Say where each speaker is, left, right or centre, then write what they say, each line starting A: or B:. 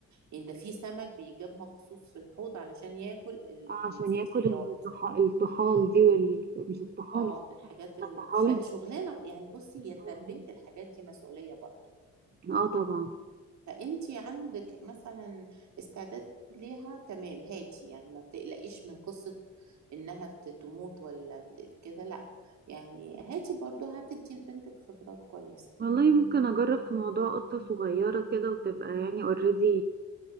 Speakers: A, on the right; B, on the right.
A: يعني ده في سمك بيجاب مخصوص في الحوض علشان ياكل
B: اه
A: الفطريات
B: عشان ياكل الطحا- الطحال دي وال... مش الطحال
A: اه
B: اسمها
A: الحاجات
B: إيه؟
A: ال...
B: الطحالب
A: فشغلانه يعني بصي
B: مم.
A: هي تربيه الحاجات دي مسؤوليه برضه
B: اه طبعا
A: فانت عندك مثلا استعداد ليها تمام هاتي يعني ما تقلقيش من قصه انها ت- تموت ولا كده لا يعني هاتي برضه هتدي لبنتك خبرات كويسه
B: والله ممكن اجرب في موضوع قطة صغيرة كده وتبقى يعني اوريدي